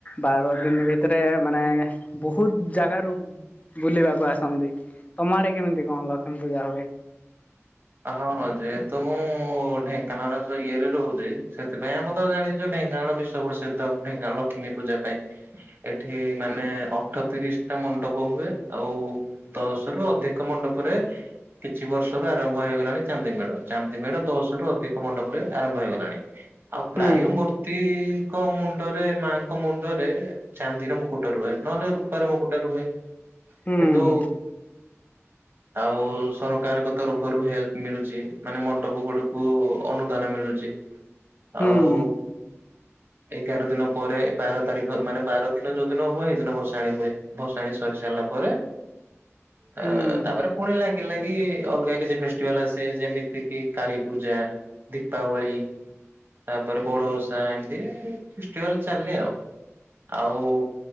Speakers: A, on the left (about 30°); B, on the right (about 45°).
A: ବାର ଦିନ ଭିତରେ ମାନେ ବହୁତ ଜାଗାରୁ ବୁଲିବାକୁ। କୁ ଆସନ୍ତି ତମ ଆଡେ କେମିତି କଣ ଲକ୍ଷ୍ମୀ ପୂଜା ହୁଏ।
B: ହଁ ଯେହେତୁ ମୁଁ ଢେଙ୍କାନାଳ ଇଏରେ ରହୁଛି ସେଥିପାଇଁ ଆମେ ତ ଜାଣିଛୁ ଢେଙ୍କାନାଳ ବିଶ୍ଵ ପ୍ରସିଦ୍ଧ ଢେଙ୍କାନଳ ଲକ୍ଷ୍ମୀ ପୂଜା ପାଇଁ ଏଠି ମାନେ ଅଠତିରିଶ ଟା ମଣ୍ଡପ ହୁଏ ଆଉ ଦଶ ରୁ ଅଧିକ ମଣ୍ଡପରେ କିଛି ବର୍ଷରୁ ଆର ହେଇଗଲାଣି ଚାନ୍ଦି ମେଢ ଚାନ୍ଦି ମେଢ ଦଶ ରୁ ଅଧିକ ମଣ୍ଡପରେ ଆରମ୍ଭ ହେଇଗଲାଣି। ଆଉ ପ୍ରାୟମୂର୍ତ୍ତିଙ୍କ
A: ହୁଁ
B: ମୁ ମୁଣ୍ଡରେ ମାଙ୍କ ମୁଣ୍ଡରେ ଚାନ୍ଦିର ମୁ କୁଟ ରୁହେ ନହେଲେ ରୁପର ମୁକୁଟ ରୁହେ
A: ହୁଁ
B: କିନ୍ତୁ। ଆଉ ସରକାର ଙ୍କ ତର ରୁ ହେଲ୍ପ ମିଳୁଛି ମାନେ ମଣ୍ଡପ ଗୁଡିକୁ ଅନୁଦାନ ମିଳୁଛି।
A: ହୁଁ
B: ଆଉ
A: ହୁଁ।
B: ଏଗାର ଦିନ ପରେ ବାର ତାରିଖ ମାନେ ବାର ଦିନ ଯୋଉ ଦିନ ହବ ସେଇଦିନ ଭସାଣି ହୁଏ ଭସାଣି ସରି ସାରିଲା ପରେ।
A: ହୁଁ
B: ଆ ତାପରେ ପୁଣି ଲାଗ ଲାଗି ଅଲଗା। କିଛି ଫେଷ୍ଟିଭାଲ ଆସେ ଯେମିତି କିି କାଳୀପୂଜା ଦୀପାବଳି ତାପରେ ବଡ ଓଷା ଏମିତି ଫେଷ୍ଟିଭାଲ ଚାଲେ ଆଉ ଆଉ